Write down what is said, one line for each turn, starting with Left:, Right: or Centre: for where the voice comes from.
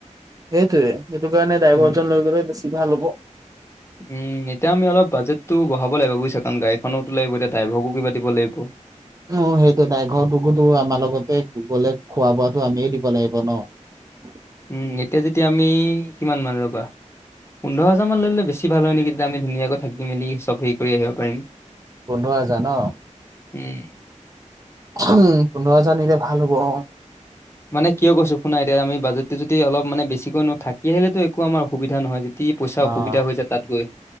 Right: সেইটোৱে সেইটো কাৰণে ড্ৰাইভাৰজন
Left: উম
Right: লৈ গলে বেছি ভাল হ'ব।
Left: উম, এতিয়া আমি অলপ বাজেটটো বঢ়াব লাগিব বুইছা কাৰণ গাড়ীখনতো লাগিব, এতিয়া ড্ৰাইভাৰকো কিবা দিব লাগিব।
Right: অ সেইটোৱে ডাইভৰটোকোটো আমাৰ লগতে গলে খোৱা-বোৱাটো আমিয়ে দিব লাগিব ন? <unintelligible>
Left: উম, এতিয়া যেতিয়া আমি কিমান মান ৰ'বা। পোন্ধৰ হেজাৰ মান লৈ ললে বেছি ভাল হয় নেকি। তেতিয়া আমি ধুনীয়াকৈ থাকি মেলি চব হেৰি কৰি আহিব পাৰিম।
Right: পোন্ধৰ হাজাৰ ন।
Left: উম।
Right: উম পোন্ধৰ হাজাৰ নিলে ভাল হ'ব অ।
Left: মানে কিয় কৈছো শুনা এতিয়া আমি বাজেতটো যদি অলপ মানে বেছিকৈ থাকি আহিলেতো একো আমাৰ অসুবিধা নহয় কি পইচা
Right: অ'।
Left: অসুবিধা হৈ যায় তাত গৈ,